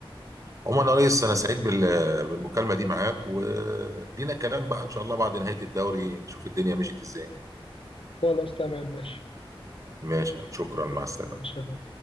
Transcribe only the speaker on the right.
عموما يا ريس انا سعيد بال- بالمكالمه دي معاك ولينا كلام بقى ان شاء الله بعد نهايه الدوري نشوف الدنيا مشيت ازاي
ماشي يا حبيبي، شكرا مع السلامه